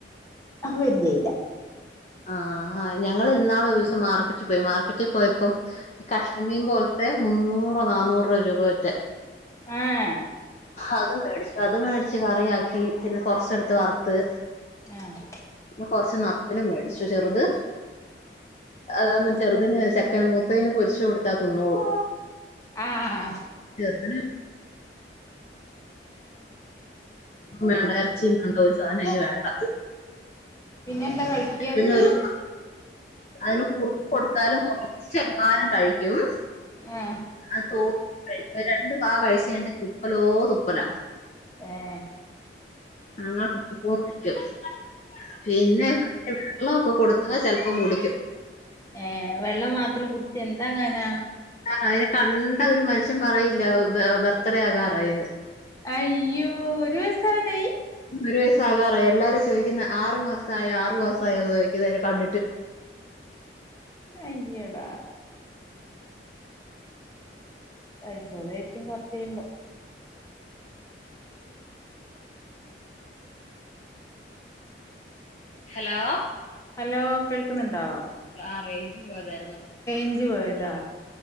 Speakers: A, on the left (about 20°); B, on the left (about 40°).
A: അത് വല്യ അയ്ല
B: ആഹ് ആഹ് ഞങ്ങള് ഇന്നാള് ഒരുസം മാർക്കറ്റിൽ പോയി മാർക്കറ്റിൽ പോയപ്പം കഷമീൻ പോലത്തെ മുന്നൂറോ നന്നൂറോ രൂപ <unintelligible>
A: എഹ്
B: അത് മേടിച്ചു അത് മേടിച്ച് കറിയാക്കി പിന്നെ കൊറച്ചെടുത്ത് വറുത്ത്
A: എഹ്
B: പിന്നെ കൊറച്ച് ന്നത്തല് മേടിച്ചു ചെറുത് അതൊന്നും ചെറുതിന് ചെക്കന് മൂത്തേന് പൊരിച്ചു കൊടുത്താ തിന്നോളും
A: ആ ആ
B: ചെർദ്ന് വേണ്ട ഇറച്ചിയും വേണ്ട ഒരു സാധനം അയിന് വേണ്ട
A: എന്ത കഴിക്കത്
B: അതിനൊരു അതിന് കുറുക്ക് കൊടുത്താലും കൊറച്ചെങ്ങാലും കഴിക്കും
A: ആ
B: അത് തോ രണ്ട് പാ കഴിച്ച് കഴിഞ്ഞ തുപ്പലോ തുപ്പല
A: എഹ്
B: <unintelligible> പിന്നെ വെള്ളം ഒക്കെ കൊടുത്ത ചെലപ്പം കുടിക്കും
A: ഏഹ് വെള്ളം മാത്രം കുടിച്ച് എന്താ കാനാ
B: ആഹ് അതിനെ കണ്ട ഒരു മനുഷ്യൻ പറയില്ല ബർത്ത്ഡേ ആകാറായിന്ന്
A: അയ്യോ ഒരു വസാവനായി
B: ഒരു വയസാകാറായി എല്ലാരും ചോദിക്കുന്നെ ആറു മാസ ആയോ ആറു മാസ ആണോ ചോദിക്കുന്നവരെ കണ്ടിട്ട്
A: അയ്യൊട കഴിച്ചോളായിരിക്കും കൊർച്ച് കഴിമ്പോ
B: ഹലോ
A: ഹലോ കേൾക്കുന്നുണ്ടോ?
B: ആഗ് റേഞ്ച് പോയതാര്ന്നു
A: അഞ്ചു പോയതാ